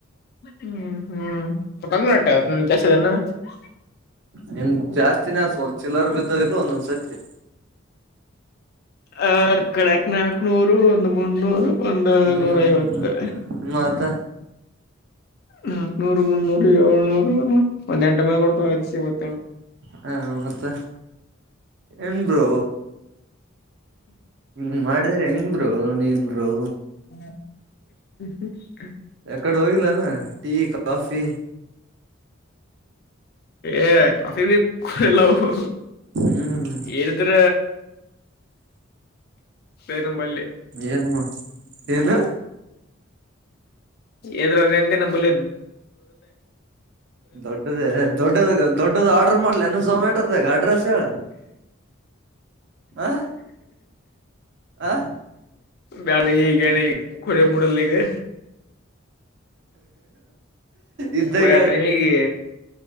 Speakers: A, on the left (about 50°); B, on the right (about 55°).
A: ಹ್ಮ್ ಹ್ಮ್ ತಂದಟ <unintelligible>
B: ನಿಂದ ಜಾಸ್ತಿನೇ ಆಯ್ತ್ ಚಿಲ್ಲರು ಬಿದ್ದ ಇಲ್ ಒಂದೊಂದ್ ಸತಿ
A: ಅ ಕಳಕ್ ನಾಕ್ನೂರು ಒಂದ್ ಮುನೂರು ಒಂದ
B: ಹ್ಮ್
A: ನೂರ ಐವತ್ತು
B: ಮತ್ತ
A: ನಕ್ನೂರು ಮುನ್ನೂರು ಏಳ್ನೂರು ಒಂದ್ ಎಂಟ ಮಲ್ ಬರ್ತಾವ ಹಚ್ಚಿ ಮತ್ತೆ
B: ಹಾ ಮತ್ತೆ ಹೆಂದೊ ಹ್ಮ್ ಮಾಡಿದ್ರ ಹೆಂಗ್ ಬ್ರೋ ನೀನ್ ಬ್ರೋ
A: ಹ್ಮ <inaudible>
B: ಎಕ್ಕಡೆ ಹೋಗಿಲ್ವೇನೋ ಟೀ ಕಾಫಿ
A: ಏ ಕಾಫಿ <unintelligible> ಎಲ್ಲವು
B: ಹ್ಮ್
A: ಎಿದ್ರ ಪೇನಂಬಲ್ಲಿ
B: ಏನ್ ಏನು
A: ಎದುರಗಂತ ನ ಬೋಲ
B: ದೊಡ್ಡದೇ ದೊಡ್ಡದ ದೊಡ್ಡದು ಆರ್ಡರ್ ಮಾಡ್ಲನ ಝೊಮ್ಯಾಟೋದಾಗ ಅಡ್ರೆಸ್ ಹೇಳ ಆ ಆ
A: ನಾನ ಕನ ಕಡೆ ಮೂಡಲ್ಲಿಗೆ
B: ಇದ್ದಾಗ
A: ಕೊಳಟೈಮಿಗೆ